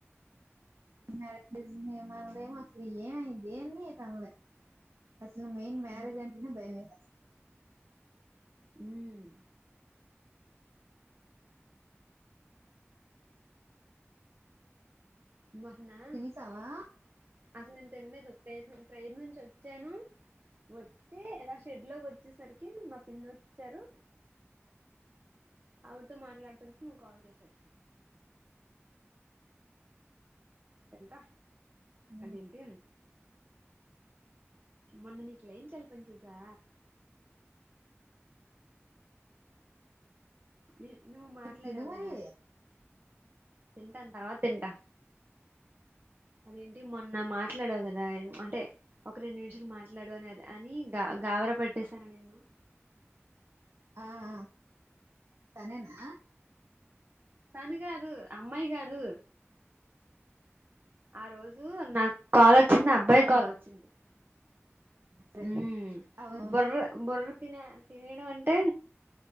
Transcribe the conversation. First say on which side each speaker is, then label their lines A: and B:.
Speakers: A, on the right; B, on the right.
A: <unintelligible> అసలు ఏమైంది ఏంది ఏమనల అసలు మెయిన్ మ్యారేజ్
B: హ్మ్.
A: అంటేనే భయమేస్
B: మ్మ్ మొన్న
A: తినేసావా
B: అసలు నేను తినలేదు ప్రే ప్రేయర్ నుంచి వచ్చాను. వచ్చి ఇలా షెడ్ లోకి వచ్చేసరికి మా పిన్నీ వచ్చారు ఆవిడితో మాట్లాడుతుంటే నువ్వు కాల్ చేసావ్ తింట
A: ఉమ్.
B: అదేంటి మొన్న నీకు లైన్ కలిపింది చూసా నీ నువ్వు మాట్లాడావు
A: తిను మరి
B: గదా! తింటాను తర్వాత తింటా అదేంటి మొన్న మాట్లాడవు కదా ఏం అంటే ఒక రెండు నిమిషాలు మాట్లాడు అని అని గా గావర పెట్టేసానా నిన్ను
A: ఆ ఆ తనేనా
B: తను కాదు అమ్మాయి కాదు ఆ రోజు నాకు కాలొ చిన్న అబ్బాయి
A: అవును
B: కాల్ వచ్చింది
A: సరే
B: ఉమ్
A: అవునవును
B: బుర్ర బుర్ర తినే తినేను అంటే